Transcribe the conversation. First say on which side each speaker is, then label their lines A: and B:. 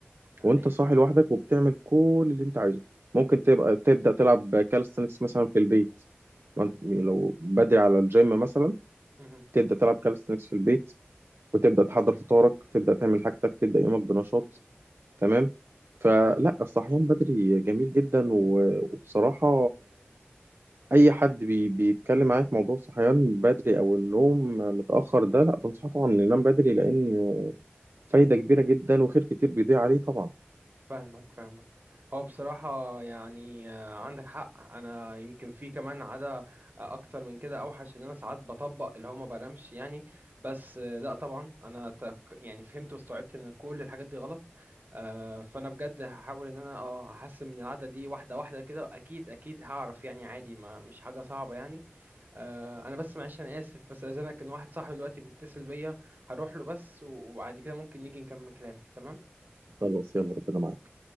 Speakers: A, on the right; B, on the right.
A: ده
B: وأنت
A: حقيقي
B: صاحي لوحدك وبتعمل كل اللي أنت عايزه ممكن تبقى تبدأ تلعب كالستنكس مثلا في البيت ما
A: مم.
B: أنت- لو بدري على الجيم مثلا
A: مم.
B: تبدأ تلعب كالستنكس في البيت وتبدأ تحضر فطارك تبدأ تعمل حاجتك تبدأ يومك بنشاط تمام فلا
A: أي
B: الصحيان بدري جميل جدا و- وبصراحة أي حد بي بيتكلم معايا في موضوع الصحيان بدري أو النوم متأخر ده لا بنصحه طبعا إنه ينام بدري لأن فايدة كبيرة جدا وخير كتير بيضيع عليه طبعا
A: فاهمك فاهمك هو بصراحة يعني آه، عندك حق أنا يمكن في كمان عادة آه، أكتر من كده أوحش إن أنا ساعات بطبق اللي هو ما بنامش يعني بس آه، لأ طبعا أنا تك يعني فهمت واستوعبت إن كل الحاجات دي غلط آه، فأنا بجد هحاول إن أنا أه أحسن من العادة دي واحدة واحدة كده أكيد أكيد هعرف يعني عادي ما مش حاجة صعبة يعني آه، أنا بس معلش أنا آسف بس أذنك إن واحد صاحبي دلوقتي بيتصل بيا هروح له بس وبعد كده ممكن نيجي نكمل كلام تمام؟
B: خلاص يلا ربنا معاك